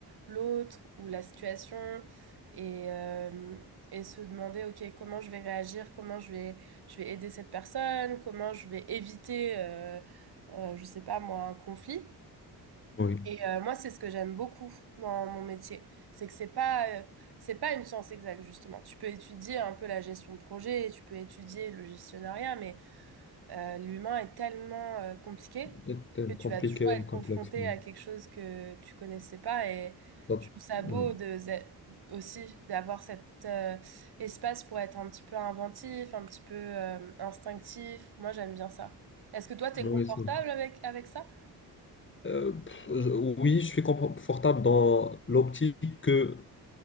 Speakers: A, on the right (about 65°); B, on the left (about 30°).
A: l'autre ou la situation et, euh, et se demander, OK, comment je vais réagir, comment je vais, je vais aider cette personne, comment je vais éviter, euh, euh, je sais pas moi, un conflit.
B: oui.
A: Et euh, moi, c'est ce que j'aime beaucoup dans mon métier, c'est que c'est pas euh, c'est pas une science exacte justement. Tu peux étudier un peu la gestion de projet, tu peux étudier le gestionnariat, mais euh, l'humain est tellement euh, compliqué
B: C'est euh,
A: que tu
B: compliqué
A: vas toujours
B: et
A: être
B: complexe.
A: confronté
B: oui.
A: à quelque chose que tu connaissais pas. Et
B: Donc,
A: je trouve ça beau
B: oui,
A: de aussi d'avoir cet euh, espace pour être un petit peu inventif, un petit peu euh, instinctif. Moi, j'aime bien ça. Est-ce que toi, t'es
B: oui,
A: confortable
B: c'est vrai.
A: avec avec ça?
B: Euh, pff, je- oui, je suis confortable dans l'optique que